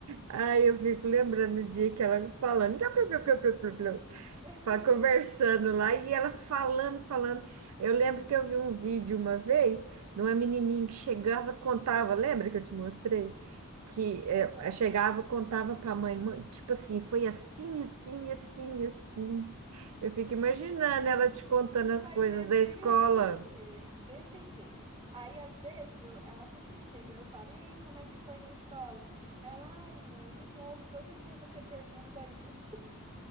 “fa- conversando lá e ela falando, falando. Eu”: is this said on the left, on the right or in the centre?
Right